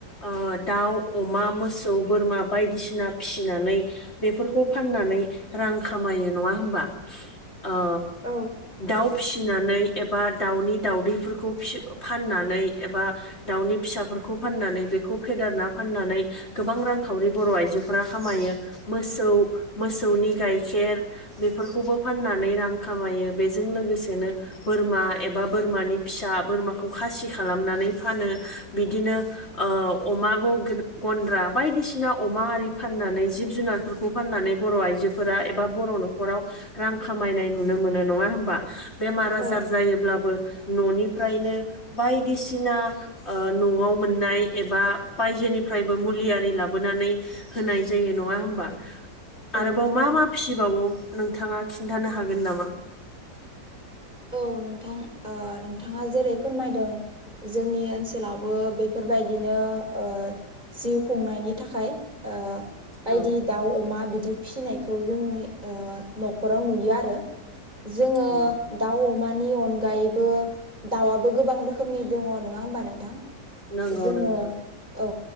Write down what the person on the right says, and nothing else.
औ
औ
औ
औ नोंथां ओ नोंथाङा जेरै फोरमायदों जोंनि ओनसोलावबो बेफोरबायदिनो ओ जिउ खुंनायनि थाखाय ओ बायदि
दाउ अमा दि फिसिनायखौ जोंनि ओ न'खराव नुयो आरो जोङो
दाउ अमानि अनगायैबो दाउआबो गोबां रोखोमनि दङ नङा होमबा नोंथां?
जोङो
औ